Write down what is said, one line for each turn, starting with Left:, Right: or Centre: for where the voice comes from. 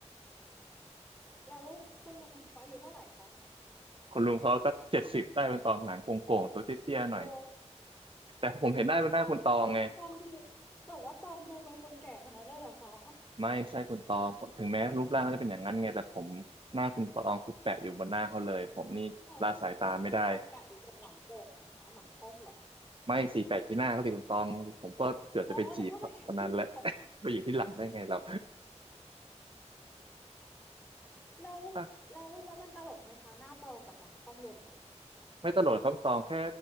Left: แล้วคนลุงนั้นเขาอายุเท่าไหร่คะ
Right: คนลุงเขาสักเจ็ดสิบได้คุณตองหลังโก่งๆตัวเตี้ยๆหน่อย
Left: โอ้
Right: แต่ผมเห็นหน้าเป็นหน้าคุณตองไง
Left: ตองตองตองดูแต่ว่าตองดูเป็นคนแก่ขนาดนั้นเลยเหรอคะ
Right: ไม่ใช่คุณตองเพราะถึงแม้รูปร่างเขาจะเป็นอย่างนั้นไงแต่ผมหน้าคุณตองคือแปะอยู่บนหน้าเขาเลยผมนี่ละสายตาไม่ได้
Left: อ๋อคือหน้าตองแปะอยู่บนหลังโก่นะคะหนังค่อมเหรอ
Right: ไม่สี่แปะที่หน้าเขาสิคุณตองผมก็เกือบจะไปจีบคนนั้นแหละ
Left: อ๋อนึกว่าแปะอยู่ที่หลังคอม
Right: <laughs> ไปอยู่ที่หลังได้ไงเรา
Left: แล้ว
Right: <laughs> อ่ะ
Left: แล้วแล้วมันตลกไหมคะหน้าตองกับหลังค่อมรวมกันอะ
Right: ไม่ตลกหกครับคุณตองแค่